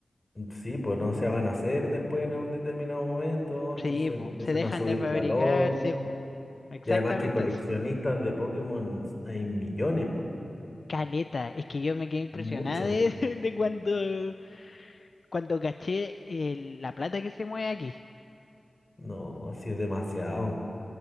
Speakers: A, on the left (about 25°); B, on the left (about 60°).
A: Sí, pues no se van a hacer después en un determinado momento, entonces
B: sí, po,
A: empiezan
B: se dejan
A: a subir
B: de fabricar,
A: el valor.
B: sí, po, exactamente
A: Y además que coleccionistas
B: eso.
A: de Pokémon hay millones, pues.
B: Caleta, es que yo me quedé impresionada
A: mucho.
B: de, <laughs> de cuando, cuando caché el- la plata que se mueve aquí.
A: No, sí es demasiado.